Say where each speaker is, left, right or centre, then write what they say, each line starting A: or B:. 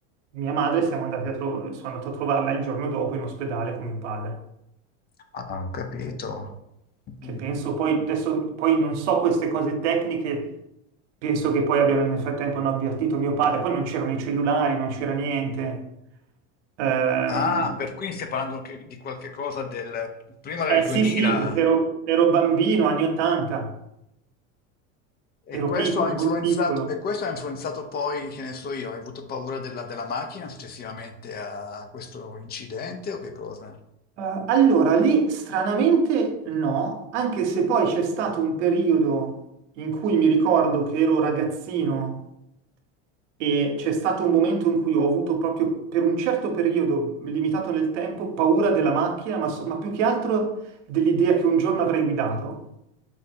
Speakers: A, on the right; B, on the left.
A: mia madre, siamo andati a tro- sono andato a trovarla il giorno dopo in ospedale con mio padre,
B: Ah, ho capito.
A: che
B: Mm.
A: penso poi, adesso poi non so queste cose tecniche, penso che poi abbiano nel frattempo hanno avvertito mio padre, poi non c'erano i cellulari, non c'era niente. Ehm,
B: Ah, per cui stiamo parlando che- di qualche cosa del prima del
A: eh
B: 2000.
A: sì, sì, perché ero, ero bambino, anni 80,
B: E
A: ero
B: questo
A: piccolo,
B: ha influenzato,
A: molto piccolo.
B: e questo ha influenzato poi, che ne so io, hai avuto paura della, della macchina successivamente a questo incidente o che cosa?
A: Eh, allora, lì stranamente no, anche se poi c'è stato un periodo in cui mi ricordo che ero ragazzino e c'è stato un momento in cui ho avuto proprio per un certo periodo, limitato nel tempo, paura della macchina, ma, so- ma più che altro dell'idea che un giorno avrei guidato.